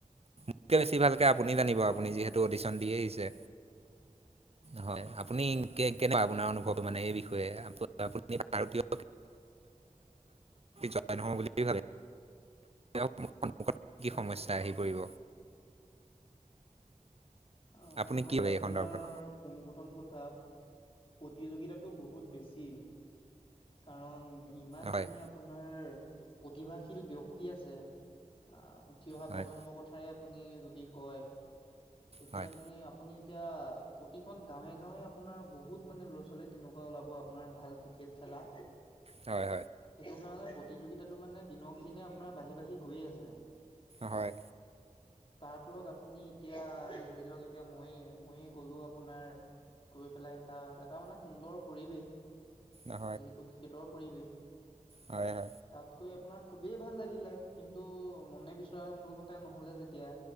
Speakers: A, on the right (about 50°); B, on the left (about 40°).
A: মোতকে বেছি ভাল। আপুনি জানিব।
B: হয়
A: আপুনি যিহেতু অডিছন দি আহিছে। হয়, আপুনি কেনেকুৱা আপোনাৰ অনুভৱ মানে এই বিষয়ে? আপু পু ভাৰতীয় জ নহয় বুলি ভাবে। <unintelligible> সন্মুখত কি
B: হয়
A: সমস্যা আহি পৰিব।
B: অ
A: আপুনি
B: হয়
A: কি ভাবে
B: আপোনাৰ
A: এই সন্দৰ্ভত?
B: পোন প্ৰথম কথা প্ৰতিযোগিতাটো বহুত বেছি। কাৰণ ইমান
A: হয়
B: মানে আপোনাৰ। প্ৰতিভাশীল ব্যক্তি আছে। আ উঠি অহা
A: হয়
B: প্ৰজন্মৰ কথাই আপুনি যদি কয় তেতিয়া
A: হয়
B: মানে আপুনি এতিয়া প্ৰতিখন গাঁৱে গাঁৱে আপোনাৰ বহুত মানে ল'ৰা ছোৱালী তেনেকুৱা ওলাব, আপোনাৰ ভাল ক্ৰিকেট খেল নাই।
A: হয়
B: সেইটো কাৰণে প্ৰতিযোগিতাটো মানে দিনক দিনে আপোনাৰ বাঢ়ি বাঢ়ি গৈ আছে।
A: হয়
B: তাৰ ফলত আপুনি এতিয়া ধৰি লওক। এতিয়া মইয়ে ময়ে গ'লো আপোনাৰ গৈ পেলাই এটা এটা মানে সুন্দৰ পৰিৱেশ।
A: হয়
B: যিহেতু ক্ৰিকেটৰ পৰিৱেশ।
A: হয় হয়
B: তাত গৈ আপোনাৰ খুবেই ভাল লাগিলে কিন্তু মনে বিচৰামতে নহলে যেতিয়া